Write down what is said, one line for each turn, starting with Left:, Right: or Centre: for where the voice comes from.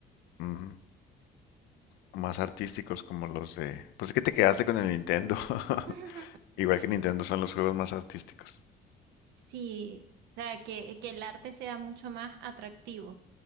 Left: ujú. Más artísticos como los de... Pues es que te quedaste con el Nintendo. <laughs>
Right: <laughs>
Left: Igual que Nintendo son los juegos más artísticos.
Right: Sí, o sea, que, que el arte sea mucho más atractivo.